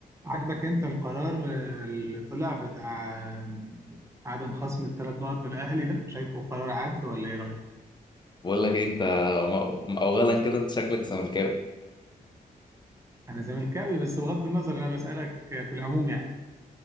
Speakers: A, on the right; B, on the left.
A: عجبك انت القرار اللي طلع بتاع عدم خصم الثلاث نقط من الاهلي ده شايفه قرار عدل ولا ايه رايك
B: بقول لك ايه انت م- اولا كده انت شكلك زملكاوي
A: انا زملكاوي بس بغض النظر انا بسالك في العموم يعني